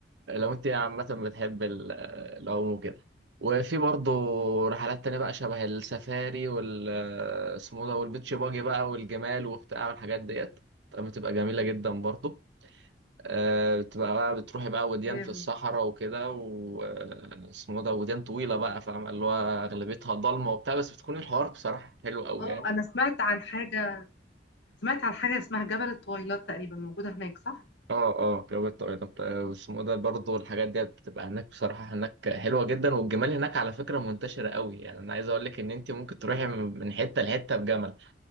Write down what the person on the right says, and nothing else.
لو انت عامة بتحب ال- العوم وكده وفي برضه رحلات تانية بقى شبه السفاري وال اسمه ده والبيتش باجي بقى والجمال وبتاع والحاجات ديت طب بتبقى جميلة جدا برضه آه، بتبقى بقى بتروحي بقى وديان
في الصحراء وكده واسمه ده وديان طويلة بقى فاهمة اللي هو أغلبيتها ضلمة وبتاع بس بتكون الحوار بصراحة حلو قوي
يعني
اه اه جواب الطائرة آه، اسمه ده برضه الحاجات ديت بتبقى هناك بصراحة هناك حلوة جدا والجمال هناك على فكرة منتشرة قوي يعني أنا عايز أقول لك إن أنت ممكن تروحي من حتة لحتة بجمل